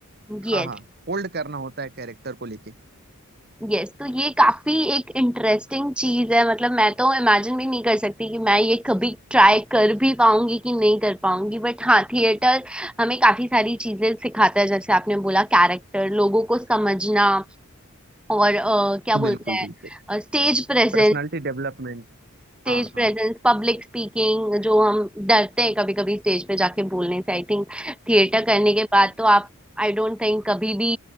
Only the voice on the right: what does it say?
हाँ हाँ होल्ड करना होता है कैरेक्टर को लेके
बिल्कुल
बिल्कुल
Personality development
हाँ
हाँ